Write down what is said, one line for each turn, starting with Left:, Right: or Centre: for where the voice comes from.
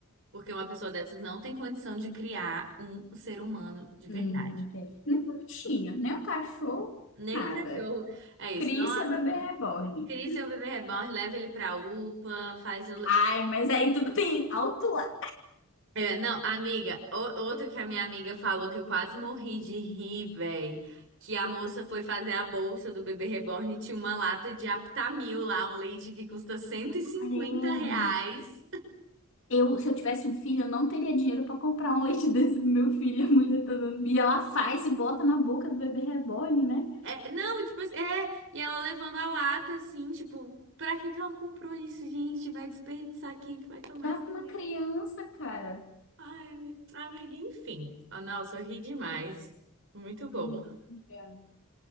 Right: porque uma pessoa dessas não tem condição de criar um ser humano de verdade.
Left: Hum, não tem. Nem um bichinho, nem um cachorro,
Right: Nem
Left: nada.
Right: o cachorro. É isso,
Left: Crie
Right: não.
Left: seu
Right: há-
Left: bebê reborn.
Right: Cria seu bebê reborn, leva ele pra UPA, faz o
Left: Ai, mas aí tudo tem alto lá.
Right: É, não, amiga, o- outro que a minha amiga falou que eu quase morri de rir, véi. Que a moça foi fazer a bolsa do bebê reborn e tinha uma lata de Aptamil lá, um leite que custa cento e cinquenta
Left: Caralho.
Right: reais.
Left: Eu, se eu tivesse um filho, eu não teria dinheiro pra comprar um leite <laughs> desse pro meu filho. A mulher tá dando. E ela faz e bota na boca do bebê reborn, né?
Right: É, não, tipo, assim, é, e ela levando a lata assim, tipo, pra que que ela comprou isso, gente? Vai desperdiçar quem é que vai tomar
Left: Dá
Right: isso
Left: pra uma
Right: também?
Left: criança, cara.
Right: Ai, ami- amiga, enfim. Ah, nossa, eu ri demais. Muito bom.
Left: Ai, cara.